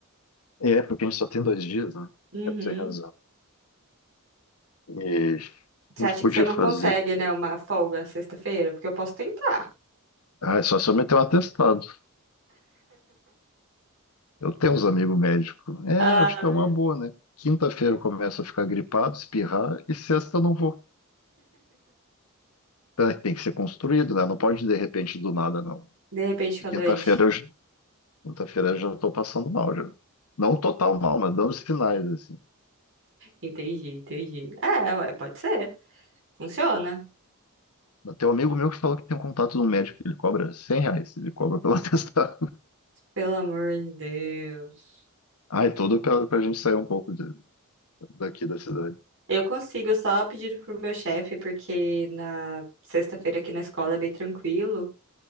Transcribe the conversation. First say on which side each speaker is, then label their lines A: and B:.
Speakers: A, on the left; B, on the right.
A: É, porque a gente só tem dois dias, né?
B: Uhum.
A: É, tu tem razão. E
B: Você
A: a gente
B: acha
A: podia
B: que você não
A: fazer.
B: consegue, né, uma folga sexta-feira? Porque eu posso tentar.
A: Ah, é só se eu meter um atestado. Eu tenho uns amigos médicos. É,
B: Ah,
A: acho que é uma boa, né? Quinta-feira eu começo a ficar gripado, espirrar, e sexta eu não vou. Tá, Tem que ser construído, né? Não pode de repente do nada, não.
B: de repente fica
A: Quinta-feira
B: doente.
A: eu, já- quinta-feira eu já estou passando mal, já. Não total mal, mas dando os sinais, assim.
B: Entendi, entendi. É, ué, pode ser. Funciona.
A: Tem um amigo meu que falou que tem um contato de um médico que ele cobra 100 reais, ele cobra pela <laughs> testada.
B: Pelo amor de Deus.
A: Ai, tudo pra, pra gente sair um pouco de- daqui da cidade.
B: Eu consigo só pedir pro meu chefe, porque na sexta-feira aqui na escola é bem tranquilo.